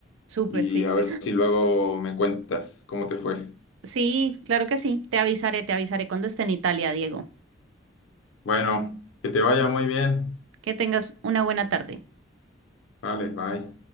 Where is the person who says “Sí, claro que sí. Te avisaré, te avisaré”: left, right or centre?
Right